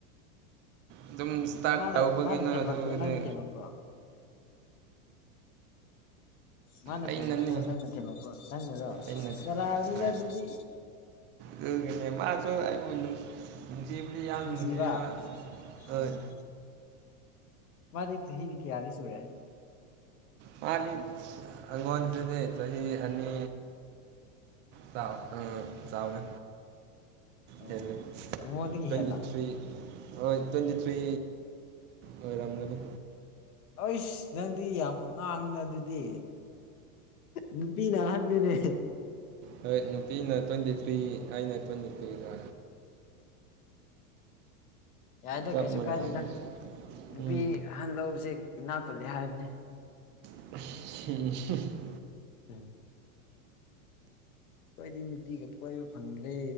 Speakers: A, on the right; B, on the left.
A: ꯑꯗꯨꯝ ꯏꯁꯇꯥꯔꯠ
B: ꯃꯥꯅ
A: ꯇꯧꯕꯒꯤꯅ
B: ꯃꯥꯅ ꯊꯦꯝꯂꯛꯄ꯭ꯔꯣ
A: ꯑꯗꯨꯒꯤꯅꯦ
B: ꯅꯪ ꯊꯦꯝꯂꯛꯄ꯭ꯔꯣ ꯃꯥꯅ
A: ꯑꯩꯅꯅꯤ
B: ꯊꯦꯝꯃꯛꯛꯄꯣ ꯅꯪꯅ ꯊꯦꯝꯃꯛꯄꯣ ꯅꯪꯅꯔꯣ
A: ꯑꯩꯅ
B: ꯅꯔꯥꯜꯅꯤꯅ
A: ꯍꯣꯏ
B: ꯑꯗꯨꯗꯤ
A: ꯑꯗꯨꯒꯤꯅꯦ ꯃꯥꯁꯨ ꯑꯩꯕꯨ ꯅꯨꯡ ꯅꯨꯡꯁꯤꯕꯗꯤ ꯌꯥꯝ
B: ꯅꯨꯡꯁꯤꯕ
A: ꯅꯨꯡꯁꯤꯌꯦꯕ ꯍꯣꯏ
B: ꯎꯝ ꯃꯥꯗꯤ ꯆꯍꯤꯗꯤ ꯀꯌꯥꯗꯤ ꯁꯨꯨꯔꯦ
A: ꯃꯥꯗꯤ ꯑꯉꯣꯗꯗꯤ ꯆꯁꯤ ꯑꯅꯤ ꯆꯥꯎ
B: ꯎꯝ
A: ꯑꯥ ꯆꯥꯎꯋꯦ
B: ꯑꯣ ꯑꯣ
A: ꯍꯦꯜꯂꯦ
B: ꯅꯉꯣꯟꯗꯒꯤ
A: ꯇ꯭ꯋꯦꯟꯇꯤ
B: ꯍꯦꯟꯅ
A: ꯊ꯭ꯔꯤ ꯍꯣꯏ ꯇ꯭ꯋꯦꯟꯇꯤ ꯊ꯭ꯔꯤ ꯑꯣꯏꯔꯝꯒꯅꯤ
B: ꯑꯩꯁ ꯅꯪꯗꯤ ꯌꯥꯝ ꯑꯉꯥꯡꯅꯤꯅ ꯑꯗꯨꯗꯤ ꯅꯨꯄꯤꯅ ꯑꯍꯟꯅꯤꯅꯦ
A: ꯍꯣꯏ ꯅꯨꯄꯤꯅ ꯇ꯭ꯋꯦꯟꯇꯤ ꯊ꯭ꯔꯤ ꯑꯩꯅ ꯇ꯭ꯋꯦꯟꯇꯤ ꯊꯔꯤꯗ
B: ꯌꯥꯏꯗ
A: ꯆꯞ
B: ꯀꯩꯁꯨ
A: ꯃꯥꯟꯅꯩ
B: ꯀꯥꯏꯗꯦꯗ ꯅꯨꯄꯤ
A: ꯎꯝ
B: ꯑꯍꯟ ꯂꯧꯁꯦ ꯏꯅꯥꯛ ꯈꯨꯠꯂꯦ ꯍꯥꯏꯕꯅꯦ
A: <unintelligible>
B: ꯎꯝ ꯑꯩꯈꯣꯏꯗꯤ ꯅꯨꯄꯤꯒ ꯀꯣꯏꯕ ꯐꯪꯗ꯭ꯔꯦ